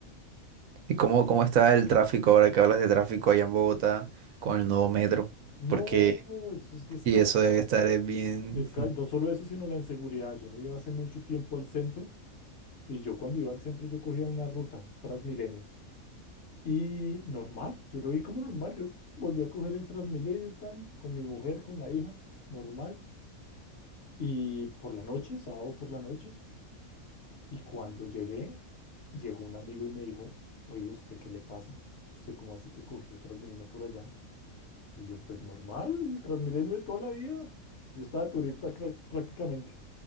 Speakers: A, on the right (about 75°); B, on the left (about 55°).
A: ¿Y cómo, cómo está el tráfico ahora que hablas de tráfico allá en Bogotá con el nuevo metro?
B: No,
A: Porque,
B: eso es descabellado.
A: y eso debe estar es bien.
B: Desca-
A: <laughs>
B: No solo eso, sino la inseguridad. Yo no iba hace mucho tiempo al centro y yo cuando iba al centro yo cogía una ruta, Transmilenio. Y normal, yo lo vi como normal, yo volví a coger el Transmilenio tal, con mi mujer, con la hija, normal. Y por la noche, sábado por la noche, y cuando llegué, llegó un amigo y me dijo, oye, ¿usted qué le pasa? ¿Usted cómo así que cogió Transmilenio por allá? Y yo, pues normal, el Transmilenio de toda la vida. Yo estaba turista cra- prácticamente.